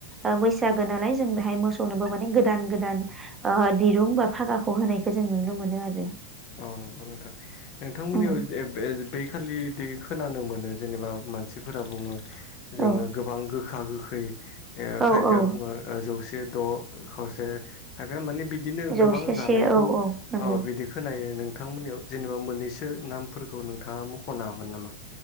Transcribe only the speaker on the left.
औ नंगौ नोंथां नोंथांमोननियाव
जे बे बैखालि दि खोनानो मोनो जेनेबा मानसिफोरा बुङो जोङो
गोबां गोखा गोखै ओ
खायफाया
बुङो ओ जौसे द' खावसे खायफाया मानि बि दिनो
गोबां जानायखौ
औ बिदि खोनायो नोंथांमोननियाव जेनेबा मोननैसो नामफोरखौ नोंथाङा मख'नो हागोन नामा